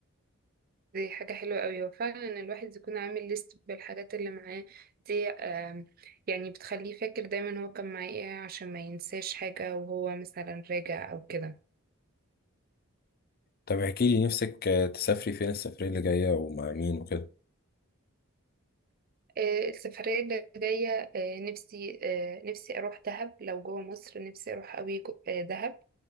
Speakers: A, on the right; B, on the left.
A: دي حاجة حلوة قوي وفعلا الواحد يكون عامل ليست بالحاجات اللي معاه دي آم، يعني بتخليه فاكر دايما هو كان معاه ايه عشان ما ينساش حاجة وهو مثلا راجع أو كده
B: طب احكي لي نفسك آه، تسافري فين السفرية اللي جاية ومع مين وكده
A: آه، السفرية اللي جاية آه، نفسي آه، نفسي أروح دهب لو جوه مصر نفسي أروح أوي جو- آه، دهب